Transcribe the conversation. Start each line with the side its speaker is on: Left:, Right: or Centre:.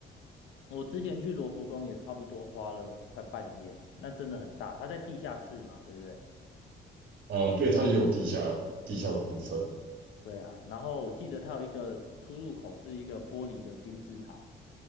Left: 我之前去罗浮宫也差不多花了快半天，那真的很大。它在地下室嘛，对不对？
Right: 啊、对，它也有地下地下的部分。
Left: 对啊，然后我记得它有一个出入口是一个玻璃的金字塔，